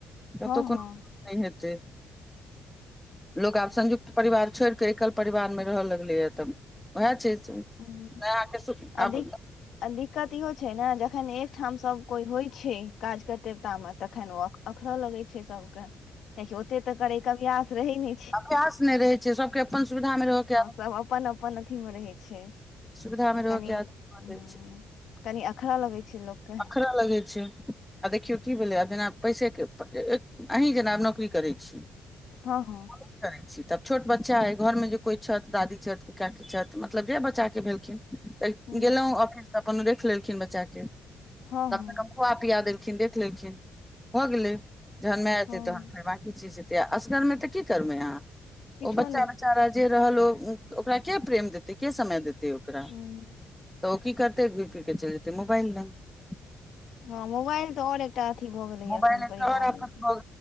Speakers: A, in the centre; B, on the left.
A: कतहु
B: हँ हँ
A: कोनो नहि हेतै लोक आब संयुक्त परिवार छोड़ एकल परिवार मे रहय लगले ह तऽ उएहा छै
B: ह
A: अहाँके
B: अी
A: आब
B: दिक्कत इहो छै ने जखन एकठाम सभ कोइ होइ छै काज कर्तेवटा मे तखन ओ अखरऽ लगै छै सब के कियाकि ओते तऽ करै के अभ्यास रहै नै
A: अभ्यास नय रहै छै सबके अपन सुविधा में रहय के
B: सब अपन अपन अथी मे रहै छै
A: सुविधा मे
B: तऽ
A: रहके
B: कनि
A: आदत भऽ
B: हूँ
A: जाइ छै
B: कनि अखरा लगै छै लोकके
A: अखरा लगै छै आ देखियौ की भेलै आब जेना पैसे के अहीँ जेना आब नौकरी करै छी
B: हँ हँ
A: की करै छी तब छोट बच्चा ऐ घर में जे कोइ छथि दादी छथि कोइ काकी छथि मतलब जे बच्चा भेलखिन
B: ह
A: गेलो ऑफिस तऽ अपन रैख लेलखिन बच्चा के
B: हँ
A: तखेन
B: हँ
A: ओ खुवा पिया देलखिन देख लेलखिन भऽ गेलै जहन माय एतै
B: हँ
A: तहन फेर बाकी असगर में तऽ की करबै अहाँ
B: किछो
A: ओ बच्चा
B: नहि
A: बच्चा जे रहल ओ ओकरा के प्रेम देतै के समय देतै ओकरा
B: ह
A: तऽ ओ की करतै घुर फिर के चैल जेतै मोबाइल लग
B: हँ मोबाइल तऽ ओर एकटा अथी भऽ गेलैए
A: मोबाइल
B: एखन
A: एक
B: परिवार
A: आओर आफत
B: ले
A: भऽ